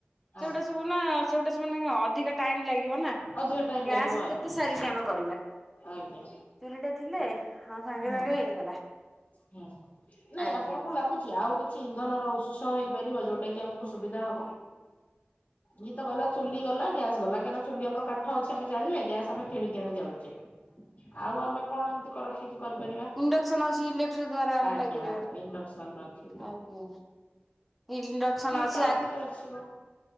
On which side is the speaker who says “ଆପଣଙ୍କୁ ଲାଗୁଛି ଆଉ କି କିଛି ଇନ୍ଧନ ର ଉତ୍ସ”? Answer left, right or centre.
Left